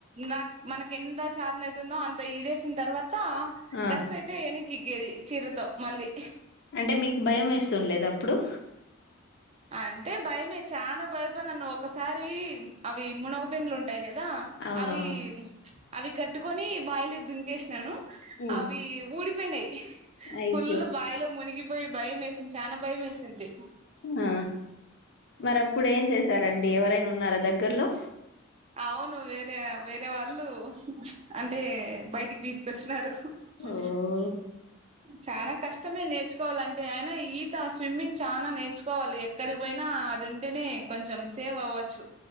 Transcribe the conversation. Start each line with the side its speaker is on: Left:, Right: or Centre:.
Right: నాక్ మనకి ఎంత, చాతనయితుందో, అంత ఈడేసిన తర్వా. త
Left: ఆ!
Right: గస్ అయితే ఎని. ఇజెయ్ చీరతో మళ్ళీ.
Left: అంటే మీకు భయం, వేస్తుండ్లేదా అప్పుడు.
Right: అంటే భయమే చానా భయపన్నను ఒకసారీ అవి మునగు బెంళ్ళు. ఉంటాయి గదా
Left: అవునవును.
Right: అవీ. అవి కట్టుకొని బాయిలో దునకేసినాను.
Left: హ్మ్.
Right: అవి ఊడీ. పోయినై.
Left: అయ్యో!
Right: ఫుల్ బాయిలో మునిగి. పోయి భయం వేసింది, చానా భయం వేసింది.
Left: ఆ. మరి అప్పుడు ఏం చేసారండి, ఎవరైనా ఉ. ఉన్నారా దగ్గర్లో.
Right: అవును, వేరే వేరే వాల్. వాళ్ళు అంటే, బయటికి తీసుకొచ్చినారు.
Left: ఓహ్!
Right: <inaudible> చానా కష్టమే నేర్చుకోవాలి అంటే ఆయన, ఈత స్విమ్మింగ్ చానా నేర్చుకోవాలి, ఎక్కడికి పోయినా అది ఉంటేనే కొంచెం సేవ్ అవ్వచ్చు.